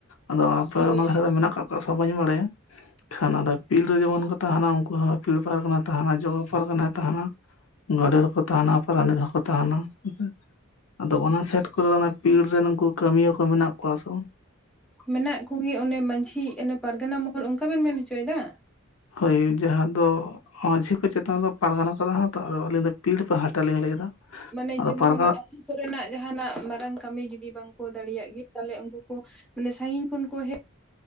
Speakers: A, on the left; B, in the centre.
A: ᱟᱫᱚ ᱟᱯᱮ
B: ᱦᱳᱭ
A: ᱚᱱᱟ ᱫᱷᱟᱨᱮ ᱫᱚ ᱢᱮᱱᱟᱜ ᱠᱟᱜ ᱠᱚᱣᱟ ᱥᱮ ᱵᱟᱹᱧ ᱵᱟᱲᱟᱭᱟ ᱠᱷᱟᱱ ᱟᱫᱚ ᱯᱤᱲ ᱨᱮ ᱡᱮᱢᱚᱱ ᱠᱚ ᱛᱟᱸᱦᱮᱱᱟ ᱩᱱ ᱦᱚ ᱯᱤᱲ ᱯᱟᱨᱜᱟᱱᱟ ᱛᱟᱦᱮᱱᱟᱭ ᱡᱚᱜᱚ ᱯᱟᱨᱜᱟᱱᱟᱭ ᱛᱟᱦᱮᱱᱟ ᱜᱟᱰᱮᱛ ᱦᱚᱸ ᱠᱚ ᱛᱟᱦᱮᱸᱱᱟ ᱯᱚᱨᱟᱱᱤᱠ ᱦᱚᱸ ᱠᱚ ᱛᱟᱦᱮᱱᱟ <unintelligible> ᱟᱫᱚ ᱚᱱᱟ ᱥᱮᱴ ᱠᱚᱨᱮ ᱫᱚ ᱚᱱᱟ ᱯᱤᱲ ᱨᱮᱱ ᱩᱱᱠᱩ ᱠᱟᱹᱢᱤᱭᱟᱹ ᱠᱚ ᱢᱮᱱᱟᱜ ᱠᱚᱣᱟ ᱥᱮ ᱵᱟᱝ᱾
B: ᱢᱮᱱᱟᱜ ᱠᱩᱜᱮ ᱚᱱᱮ ᱢᱟᱡᱷᱤ ᱮᱱᱮ ᱯᱟᱨᱜᱟᱱᱟ ᱢᱚᱦᱚᱞ ᱚᱱᱠᱟ ᱵᱮᱱ ᱢᱮᱱ ᱦᱚᱪᱚᱭᱮᱫᱟ᱾
A: ᱦᱳᱭ ᱡᱟᱦᱟ ᱫᱚ᱾ ᱢᱟᱹᱡᱷᱤ ᱠᱚ ᱪᱮᱛᱟᱱ ᱨᱮ ᱫᱚ ᱯᱟᱨᱜᱟᱱᱟ ᱠᱚ ᱛᱟᱦᱮᱱᱟ ᱛᱚ ᱟᱫᱚ ᱟᱹᱞᱤᱧ ᱫᱚ ᱯᱤᱲ ᱯᱟᱦᱴᱟ ᱞᱤᱧ ᱞᱟᱹᱭᱫᱟ᱾
B: ᱢᱟᱱᱮ
A: ᱟᱫᱚ
B: ᱡᱮᱢᱚᱱ
A: ᱯᱟᱨᱜᱟᱱᱟ
B: ᱟᱴᱷᱤ ᱠᱚᱨᱮᱱᱟᱜ ᱡᱟᱸᱦᱟᱱᱟᱜ ᱢᱟᱨᱟᱝ ᱠᱟᱢᱤ ᱡᱩ ᱫᱤ ᱵᱟᱝᱠᱚ ᱫᱟᱲᱮᱭᱟᱜ ᱜᱤ ᱛᱟᱦᱞᱮ ᱩᱱᱠᱩ ᱠᱚ ᱢᱟᱱᱮ ᱥᱟᱺᱜᱤᱧ ᱠᱷᱚᱱ ᱠᱚ ᱦᱮᱡ